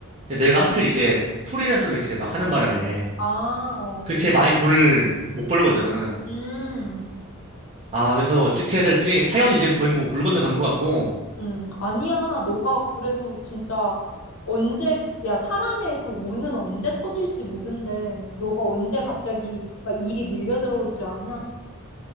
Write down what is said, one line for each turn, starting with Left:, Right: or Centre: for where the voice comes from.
Right: 근데 내가 하필 이제 프리랜서를 이제 막 하는 바람에
Left: 아, 어.
Right: 그렇게 많이 돈을 못 벌거든.
Left: 음.
Right: 아, 그래서 어떻게 해야 될지 파이어는 이제 거의 뭐 물 건너간 것 같고.
Left: 음, 아니야. 너가 그래도 진짜 언제, 야, 사람의 그 운은 언제 터질지 모른대. 너가 언제 갑자기 막 일이 밀려 들어올 줄 아냐?